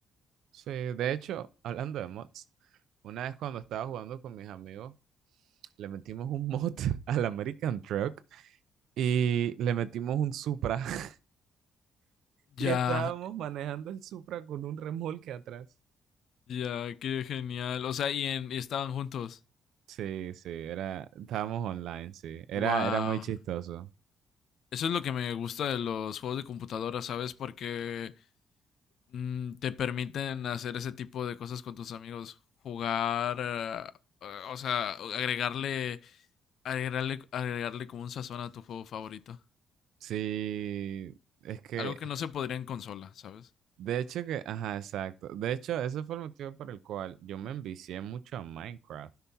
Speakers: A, on the right (about 80°); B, on the left (about 65°).
A: Sí, de hecho, <laughs> hablando de mods, una vez cuando estaba jugando con mis amigos, le metimos un mod <laughs> al American Truck y le metimos un Supra <laughs>
B: Ya,
A: y estábamos manejando el Supra con un remolque atrás.
B: ya, qué genial. O sea, y, en, y estaban juntos.
A: Sí, sí, era, estábamos online, sí. Era,
B: Wow.
A: era muy chistoso.
B: Eso es lo que me gusta de los juegos de computadora, ¿sabes? Porque Mm, te permiten hacer ese tipo de cosas con tus amigos, jugar, eh, eh, o sea, agregarle, agregarle, agregarle como un sazón a tu juego favorito.
A: Sí, es que,
B: Algo que no se podría en consola, ¿sabes?
A: de hecho que, ajá, exacto. De hecho, ese fue el motivo por el cual yo me envicié mucho a Minecraft.